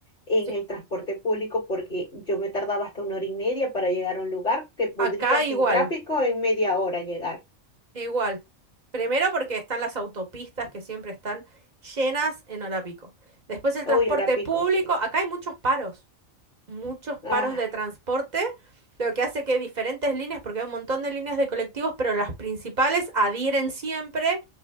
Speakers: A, on the left; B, on the right.
A: en
B: Sí.
A: el transporte público porque yo me tardaba hasta una hora y media para llegar a un lugar que podría
B: Acá
A: sin
B: igual.
A: tráfico en media hora llegar.
B: Igual. Primero porque están las autopistas que siempre están llenas en hora pico. Después el
A: Uy,
B: transporte
A: hora pico,
B: público.
A: sí.
B: Acá hay muchos paros, muchos paros
A: Ah.
B: de transporte, lo que hace que diferentes líneas, porque hay un montón de líneas de colectivos, pero las principales adhieren siempre,